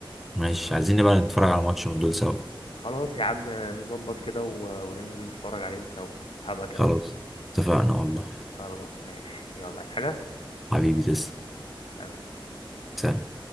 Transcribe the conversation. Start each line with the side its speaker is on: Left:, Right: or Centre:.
Centre: ماشي عايزين نبقى نتفرج على ماتش من دول سوا
Left: خلاص يا عم نظبط كده و- وننزل نتفرج عليهم سوا هبقى اكلمك
Centre: خلاص اتفقنا والله
Left: خلاص ماشي يلا عايز حاجة
Centre: حبيبي تسلم
Left: سلام
Centre: سلام